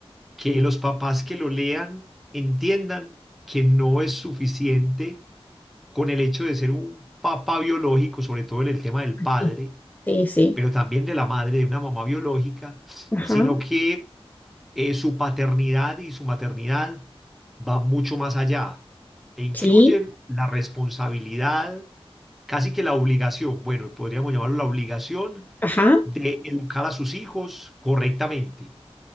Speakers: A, in the centre; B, on the left.
A: que los papás que lo lean entiendan que no es suficiente con el hecho de ser un papá biológico, sobre todo en el tema del
B: Sí,
A: padre
B: sí. sí.
A: pero también de la madre, de una mamá biológica,
B: Ajá.
A: sino que eh, su paternidad y su maternidad van mucho más allá e incluyen
B: Sí.
A: la responsabilidad, casi que la obligación, bueno, podríamos llamarlo la obligación
B: Ajá.
A: de educar a sus hijos correctamente.